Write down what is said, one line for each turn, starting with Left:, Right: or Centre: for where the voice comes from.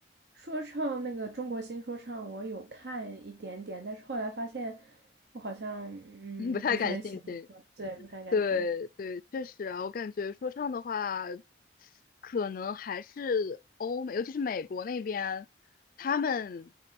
Right: 说唱那个中国新说唱，我有看一点点，但是后来发现我好像嗯不是很喜欢，
Left: <laughs> 不太感兴趣。
Right: 对，不太感兴趣。
Left: 对对，确实啊，我感觉说唱的话，可能还是欧美，尤其是美国那边，他们